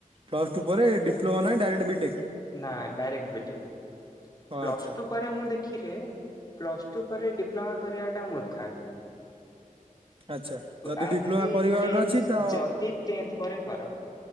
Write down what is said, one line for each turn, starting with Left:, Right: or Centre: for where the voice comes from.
Right: ପ୍ଲସ ଟୁ ପରେ ଡି - ନା ଡାଇରେକ୍ଟ ବିଟେକ?
Left: ନା ଡାଇରେକ୍ଟ ବିଟେକ
Right: ଓ
Left: ପ୍ଲସ୍
Right: ଆଚ୍ଛା
Left: ଟୁ ପରେ ମୁଁ ଦେଖ ପ୍ଲସ୍ ଟୁ ପରେ ଡିପ୍ଲୋମା କରିବାଟା ମୂର୍ଖାମି।
Right: ଆଚ୍ଛା
Left: ଆଉ
Right: ଡିପ୍ଲୋମା
Left: ଯଦି
Right: କରିବାର
Left: ଟେନ୍ଥ
Right: ଅଛି ତ
Left: ଯଦି ଟେନ୍ଥ ପରେ କର।